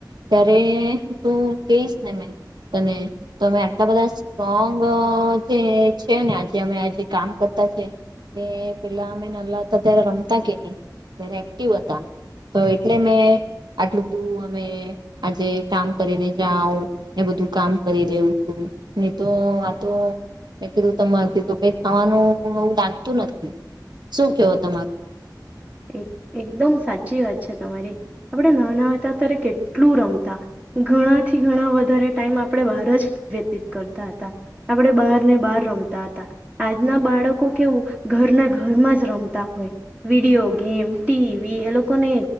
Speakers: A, on the right; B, on the right.
A: ત્યારે તું કહીશ ને મે તને. તો અમે આટલા બધા સ્ટ્રોંગ જે છે ને આજે અમે આ જે કામ કરતા છે એ પેલા અમે નલાતા ત્યારે રમતા કે નહી ત્યારે એક્ટિવ હતા તો એટલે મે આટલું બધું અમે આજે કામ કરીને જાઓ એ બધું કામ કરી રહવું છું. એ તો આ તો મે કીધું તમારાથી તો કઈ થવાનું એવું લાગતું નથી. શું કેવો તમારું?
B: એક એકદમ સાચી વાત છે તમારી. આપણે નાના હતા ત્યારે કેટલું રમતા. ઘણાથી ઘણા વધારે ટાઈમ આપણે બહાર જ વ્યતીત કરતા હતા. આપણે બહારને બહાર રમતા હતા આજના બાળકો કેવું ઘરના ઘરમાં જ રમતા હોય. વિડીયો ગેમ, ટીવી એ લોકોને